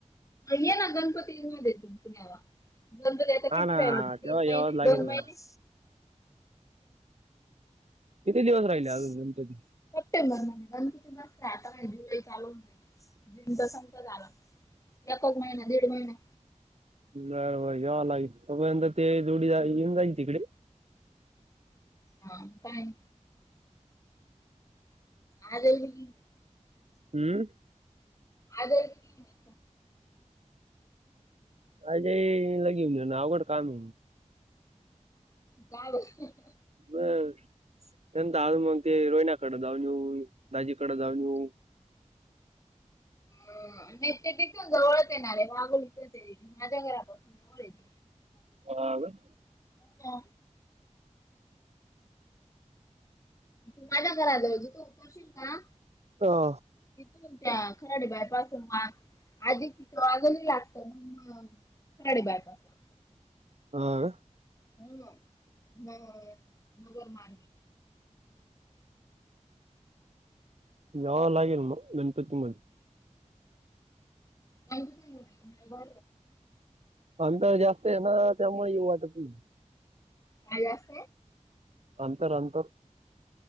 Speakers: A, on the left (about 25°); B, on the right (about 60°).
A: ये ना गणपतीमध्येे तु पुण्याला. गणपती यायला आता
B: हा
A: किती
B: ना
A: राहिले. तीन
B: तेव्हा
A: महिने
B: यावंच लागेल
A: दोन महिने?
B: ना किती दिवस राहिले अजून
A: सप्टेंबर
B: तुमचे
A: महिन्यात आता ना जुलै चालुहुन गेला. जुन त संपत आला. एकच महिना दीड महिना.
B: बरं-बर याव लागेल तोपर्यंत ते जोडी येऊन जायल तिकडे.
A: हा पाय. आ ज <unintelligible>
B: म्म?
A: आज्याला घेऊन ये.
B: आजय ला घेऊन जाणं, आवगड काम.
A: जाव <unintelligible>
B: बरं. नंतर मग ते रोहिन्या कडे जाऊन येऊ. दाजीकडे जाऊन येऊ.
A: अ नाही ते तिथून जवळच येणारे. वागलीथ माझ्या घरापासून जवळ येत.
B: हा ग?
A: हो. माझ्या घराजवल तू उतरशील का?
B: हो.
A: तिथूनन त्या खराडी बायपास पासून, आधी तिथं वाद्योली लागत मग म खराडीबयपास लागत.
B: आा
A: हो मगर मा
B: याव लागेल मग गणपती पुळे
A: नाही ब
B: अंतर जास्त आहे ना त्यामुळे येउ वाटत नाही
A: कायलास
B: अंतर अंतर